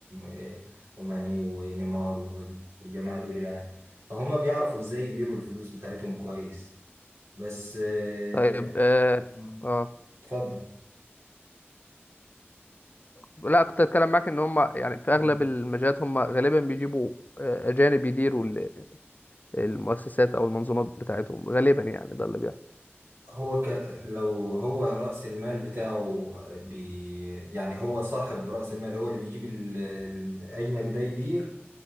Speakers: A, on the right; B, on the left.
A: آه، وماني ونيمار والجماعة دول يعني فهم بيعرفوا ازاي يديروا الفلوس بتاعتهم كويس بس آه،
B: طيب اه
A: مم،
B: اه
A: اتفضل
B: لا كنت اتكلم معاك ان هم يعني في
A: مم.
B: اغلب المجالات هم غالبا بيجيبوا آه، اجانب يديروا ال- المؤسسات او المنظومات بتاعتهم غالبا يعني ده اللي بيحصل
A: هو ك... لو هو رأس المال بتاعه بي... يعني هو صاحب رأس المال هو اللي بيجيب ال- الأجنبي ده يدير